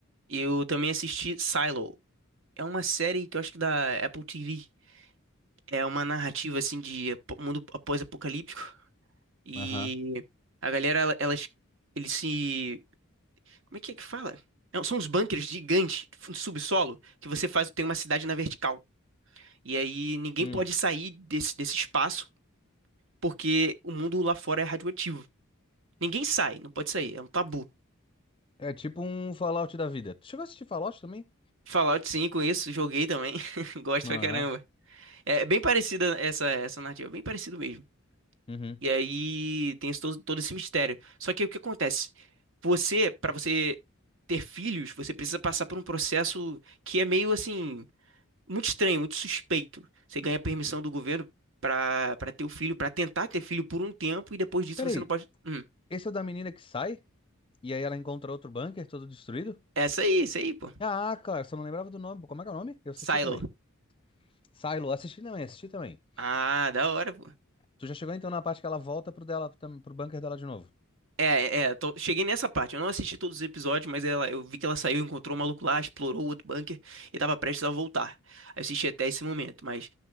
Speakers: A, on the right; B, on the left.
A: eu também assisti Silo. É uma série que eu acho que da Apple TV. É uma narrativa assim de apo- mundo pós-apocalíptico e
B: Aham.
A: a galera ela- elas eles se como é que é que fala? Não, são uns bunkers gigantes, fundo subsolo, que você faz tem uma cidade na vertical. E aí ninguém
B: Hum.
A: pode sair desse, desse espaço porque o mundo lá fora é radioativo. Ninguém sai, não pode sair, é um tabu.
B: É tipo um Fallout da vida. Tu chegou a assistir Fallout também?
A: Fallout 5, isso, joguei também, <laughs> gosto
B: Ah,
A: pra caramba. É bem parecida essa, essa narrativa, bem parecido mesmo.
B: uhum.
A: E aí tem esse todo, todo esse mistério. Só que o que acontece? Você, pra você ter filhos, você precisa passar por um processo que é meio assim, muito estranho, muito suspeito. Você ganha permissão do governo pra, pra ter o filho, pra tentar ter filho por um tempo, e depois disso
B: Peraí,
A: você não pode. Hum.
B: esse é o da menina que sai e aí ela encontra outro bunker todo destruído?
A: Essa aí, isso aí, pô.
B: Ah, cara, só não lembrava do nome. Como é que é o nome? Eu assisti
A: Silo.
B: também. Silo, assisti também, assisti também.
A: Ah, da hora, pô.
B: Tu já chegou então na parte que ela volta pro dela, tam- pro bunker dela de novo?
A: É, é, tô- cheguei nessa parte. Eu não assisti todos os episódios, mas ela, eu vi que ela saiu, encontrou o maluco lá, explorou o outro bunker e tava prestes a voltar. Aí eu assisti até esse momento, mas.